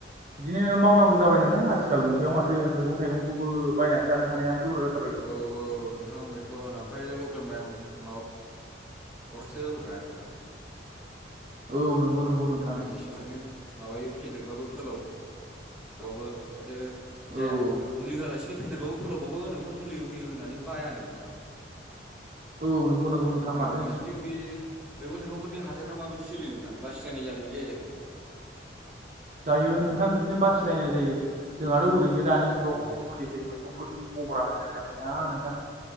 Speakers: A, on the right; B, in the centre.
A: बिदिनो मावनांगौ
B: अ
A: जाबाय नोंथा आ आथिखाल मुगायाव माथो मैगं थाइगंखौबो बायनानै जानो हानाया गोब्राब जाथार
B: औ औ नोंथां बेथ' <unintelligible> ओमफाय लकेल माइ माबा <unintelligible> <unintelligible> ना नोंथां
A: औ नंगौ नंगौ नंगौ।
B: जेसेबां माबायो फेदेरबाबो फोलाव बाबो माथो
A: औ
B: जायानो
A: औ
B: नोंथां‌ मुलि होआलासिनो फेदेरबाबो फोलावबाबो नोंथां मुलि होयो होननानै बायानो नोंथां।
A: औ नंगौ नंगौ नोंथां
B: औ
A: माथो
B: नोंसिनिथिं
A: होनो।
B: बे मैगं थाइगंफोरनि हाथायफ्रा माबायदि सोलि नोंथां। बा सिलायनाय जागोन ना जाया नोंथां?
A: जायो नोंथां बिदिनो मासिलायनाय जायो। जोंहाथ' ओरैनो दानि जुगावहाय
B: औ
A: मुलि होयो मैगं फोरनि महरा मोजां जाखाया नोंथां